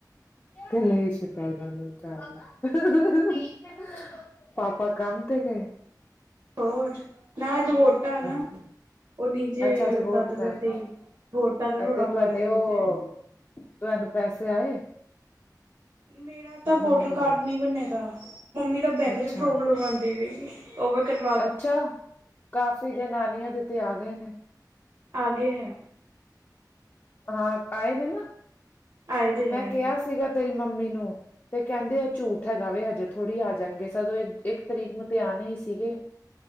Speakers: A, on the left; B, on the right.
A: ਕਲੇਸ਼ ਪੈ ਜਾਣਾ ਹੀ ਘਰ 'ਚ <inaudible> ਪਾਪਾ ਕੰਮ ਤੇ ਗਏ।
B: ਹੋਰ ਨਾ ਅੱਜ ਵੋਟਾਂ ਨਾ।
A: ਅੱਛਾ
B: ਉਹ ਨੀਚੇ
A: ਅੱਛਾ ਅੱਜ ਵੋਟ
B: ਦਾਦਾ
A: ਪੈਣੀ
B: ਦਾਦੇ
A: ਹੈ
B: ਵੋਟਾਂ ਦਾ ਡੋਲਾ
A: ਅਤੇ ਤੁਹਾਡੇ
B: ਪਾਇਆ ਦਾ ਨੀਚੇ
A: ਉਹ ਤੁਹਾਨੂੰ ਪੈਸੇ ਆਏ।
B: ਮੇਰਾ ਤਾਂ ਵੋਟਰ
A: ਮੰਮੀ ਨੂੰ
B: ਕਾਰਡ ਨਹੀਂ ਬਣਿਆ ਦਾ ਮੰਮੀ ਤਾਂ ਬੈਂਕ
A: ਅੱਛਾ
B: 'ਚ ਪ੍ਰੋਬਲਮ ਆਉਂਦੀ ਪਈ। ਉਹ ਵੀ ਕਰਵ
A: ਅੱਛਾ ਕਾਫੀ ਜਨਾਨੀਆਂ ਦੇ ਤੇ ਆ ਗਏ ਨੇ।
B: ਆਗੇ ਹੈ।
A: ਹਾਂ ਆਏ ਨੇ ਨਾ
B: ਆਏ ਦੇ
A: ਮੈਂ
B: ਆਏ
A: ਕਿਹਾ
B: ਦੇ
A: ਸੀਗਾ। ਤੇਰੀ ਮੰਮੀ ਨੂੰ ਤੇ ਕਹਿੰਦੇ ਆ ਝੂਠ ਹੈਗਾ ਵੇ ਹਜੇ ਥੋੜੀ ਆ ਜਾਣਗੇ ਸਦੋਂ ਇੱਕ ਤਰੀਕ ਨੂੰ ਤੇ ਆਨੇ ਸੀਗੇ।